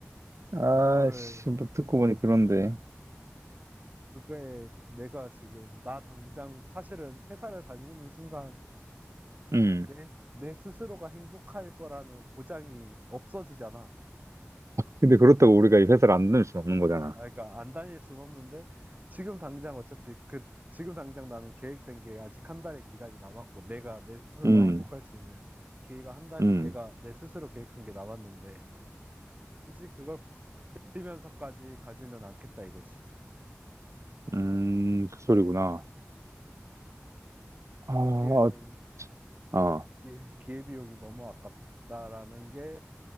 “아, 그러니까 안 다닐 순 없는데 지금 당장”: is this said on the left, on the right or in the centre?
Right